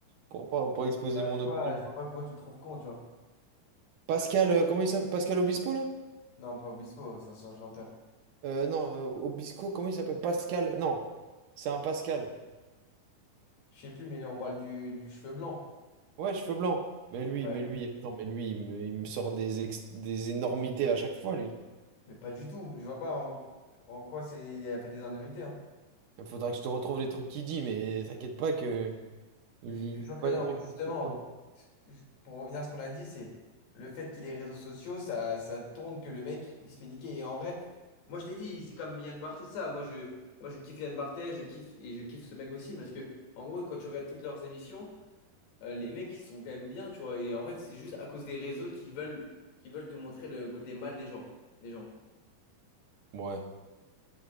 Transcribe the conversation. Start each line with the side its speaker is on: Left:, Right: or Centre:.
Right: pour, pour, pour exposer
Left: Euh,
Right: mon
Left: tu
Right: opinion.
Left: vois, je vois pas pourquoi tu le trouves con, tu vois.
Right: Pascal, euh, comment il s'appelle? Pascal Obispo, là?
Left: Non, pas Obispo, ça c'est un chanteur.
Right: Euh, non, euh, Obispo, comment il s'appelle? Pascal, non, c'est un Pascal.
Left: Je sais plus, mais on parle du, du cheveu blanc.
Right: Ouais, cheveux blancs. Mais lui,
Left: Ouais.
Right: mais lui, attends, mais lui, il me, il me sort des, ex- des énormités à chaque fois, lui.
Left: Mais pas du tout. Je vois pas en, en quoi c'est il a fait des anomalies.
Right: Il faudra que je te retrouve les trucs qu'il dit, mais t'inquiète pas que... Il
Left: Mais je te
Right: dit
Left: jure que
Right: pas
Left: non.
Right: de trucs
Left: Justement,
Right: tout le temps.
Left: ce que je- pour revenir à ce qu'on a dit, c'est le fait qu'il ait réseaux sociaux, ça, ça tourne que le mec, il se fait niquer. Et en vrai, moi je t'ai dit, c'est comme Yann Barthès, ça. Moi je, moi je kiffe Yann Barthès, je kiffe et je kiffe ce mec aussi parce que, en gros, quand tu regardes toutes leurs émissions, euh, les mecs, ils sont quand même bien, tu vois. Et en fait, c'est juste à cause des réseaux qui veulent, qui veulent te montrer le côté mal des gens, des gens.
Right: Ouais.